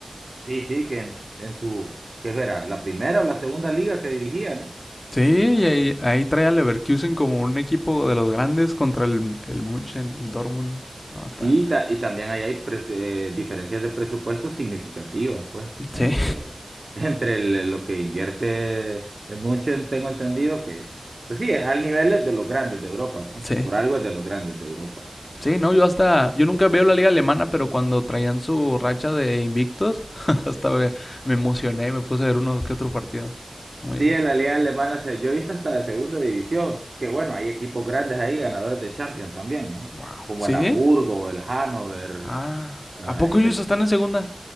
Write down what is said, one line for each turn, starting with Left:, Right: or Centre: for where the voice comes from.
Right: Sí, sí, que en, en su, ¿qué era? ¿La primera o la segunda liga que dirigía, ¿no?
Left: Sí, y ahí, ahí trae a Leverkusen como un equipo de los grandes contra el, el Munchen, el Dortmund. No, hasta.
Right: Sí, y, ta- y también ahí hay pres- eh, diferencias de presupuesto significativas, pues,
Left: Sí,
Right: entre, <laughs> entre el- lo que invierte el München tengo entendido que es, pues sí, es al nivel de los grandes de Europa, pues,
Left: sí.
Right: por algo es de los grandes de Europa.
Left: Sí, no, yo hasta. Yo nunca veo la liga alemana, pero cuando traían su racha de invictos, <laughs> hasta me, me emocioné, me puse a ver uno que otro partido. Muy.
Right: Sí, en la liga alemana se, yo he visto hasta de segunda división, que bueno, hay equipos grandes ahí, ganadores de Champions también, ¿no?
Left: Wow.
Right: Como
Left: ¿Sí?
Right: el Hamburgo, el Hannover,
Left: Ah.
Right: ah,
Left: ¿A poco
Right: y
Left: ellos
Right: el...
Left: están en segunda?